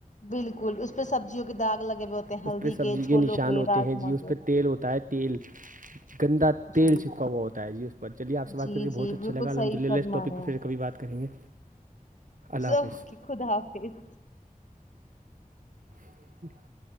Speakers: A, on the left; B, on the right.
A: بالکل اس پہ سبزیوں کے داغ لگے ہوئے ہوتے ہیں
B: اس
A: ہلدی
B: پہ سبزی
A: چھولوں
B: کے نشان ہوتے
A: راجما
B: ہیں جی اس
A: کے
B: پہ تیل ہوتا ہے تیل گندا
A: جی
B: تیل چپکا ہوا ہوتا ہے جی بٹ چلیے آپ سے بات
A: جی
B: کر کے
A: جی
B: بہت اچھا
A: بالکل
B: لگا الحمدللہ
A: صحیح فرما
B: اس ٹاپک
A: رہے
B: پھر
A: ہیں
B: کبھی بات کریں گے اللہ
A: اوکے
B: حافظ
A: خدا حافظ
B: <inaudible>